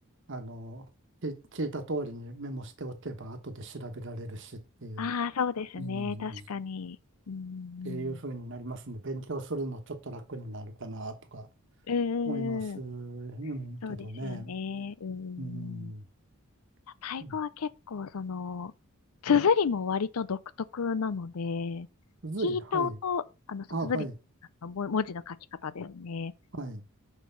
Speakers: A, on the right; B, on the left.
A: あの、き聞いた通りにメモしておけば、後で調べられるしっていう、
B: ああ、そうですね。
A: うん、
B: 確かに。
A: っ
B: うん。
A: ていう風になりますんで、勉強するのちょっと楽になるかなとか
B: うん。うんうん
A: 思います、うん、
B: そうですよね。
A: けどね。
B: うん。
A: うん。
B: タイ語は結構その、
A: うん
B: 綴りも割と独特なので、
A: すずり、
B: 聞いた音、
A: はい。
B: あの、綴り、
A: あ、はい、
B: あのも文字の書き方ですね。
A: はい。